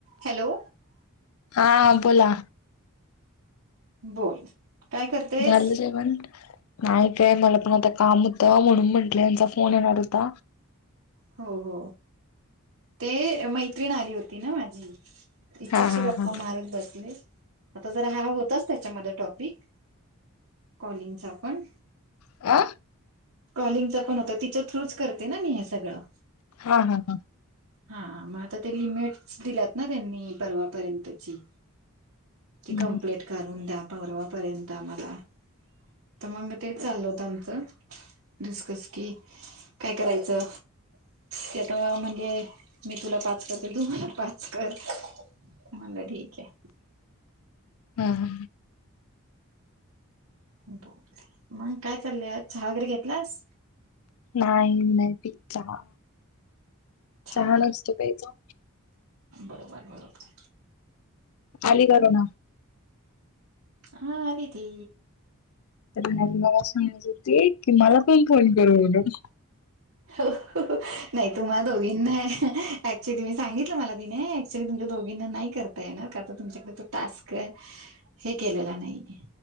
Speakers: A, on the right; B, on the left.
A: हॅलो
B: हा बोला
A: बोल काय करतेस?
B: झालं जेवण. नाही काय मला पण आता काम होतं म्हणून म्हटलं यांचा फोन येणार होता.
A: हो हो ते मैत्रिण आली होती ना माझी. तिच्याशी
B: हा हा
A: गप्पा
B: हा
A: मारत बसले आता जर हा होताच त्याच्यामध्ये टॉपिक कॉलिंगचा पण
B: आ
A: कॉलिंगचा पण होता तिच्या थ्रूच करते ना मी हे सगळं.
B: हा हा हा.
A: हा मग आता ते लिमिट दिल्यात ना त्यांनी परवापर्यंतची. की
B: हम्म.
A: कंप्लेट करून द्या परवापर्यंत आम्हाला तर मंग ते चालल होत आमचं. डिस्कस कि काय करायचं? ते आता म्हणले मी तुला पाच करते तु मला पाच कर. म्हणला ठीक आहे.
B: हा हा
A: मग काय चाललंय चहा वगैरे घेतलास?
B: नाही मी नाही पित चहा,
A: छान
B: चहा नसतो प्यायचा.
A: बरोबर बरोबर.
B: अलीगरोना
A: हा दीदी.
B: तर म मला सांगत होते की मला कोण फोन करू म्हण.
A: हो नाही तुम्हा दोघींना ऍक्च्युली मी सांगितलं मला तिने एक्चुअली तुमच्या दोघींना नाही करता येणार का तर तुमच्याकडे तो टास्क हे केलेलं नाही